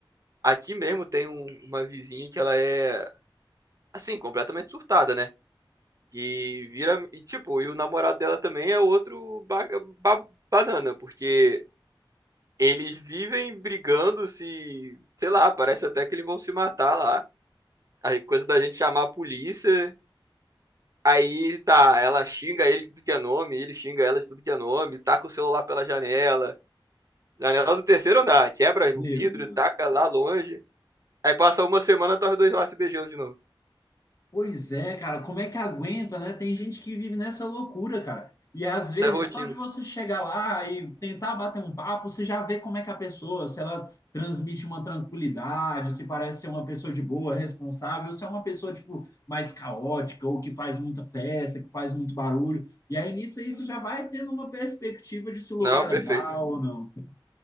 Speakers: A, on the right; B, on the left.
A: aqui mesmo tem um- uma vizinha que ela é. assim, completamente surtada, né? E vira. E, tipo, e o namorado dela também é outro ba- ba- banana, porque eles vivem brigando, se. Sei lá, parece até que eles vão se matar lá. a coisa da gente chamar a polícia. Aí tá, ela xinga ele de tudo que é nome, ele xinga ela de tudo que é nome, taca o celular pela janela. Janela do terceiro andar, quebra
B: Meu
A: o vidro,
B: Deus.
A: taca lá longe. Aí passa uma semana, tá os dois lá se beijando de novo.
B: Pois é, cara, como é que aguenta, né? Tem gente que vive nessa loucura, cara. E às vezes,
A: Isso é rotina.
B: só de você chegar lá e tentar bater um papo, você já vê como é que a pessoa, se ela transmite uma tranquilidade, se parece ser uma pessoa de boa, responsável, se é uma pessoa, tipo, mais caótica ou que faz muita festa, que faz muito barulho. E aí nisso aí você já vai tendo uma perspectiva de se o lugar
A: Não,
B: é
A: perfeito.
B: legal ou não.